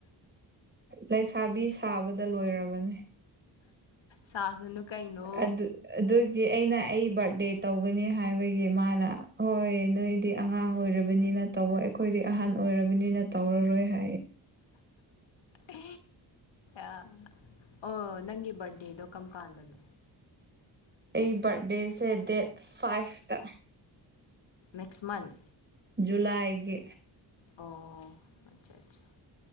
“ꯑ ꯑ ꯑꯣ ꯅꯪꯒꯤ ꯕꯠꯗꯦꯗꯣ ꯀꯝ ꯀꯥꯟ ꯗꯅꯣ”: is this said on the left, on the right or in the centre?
Left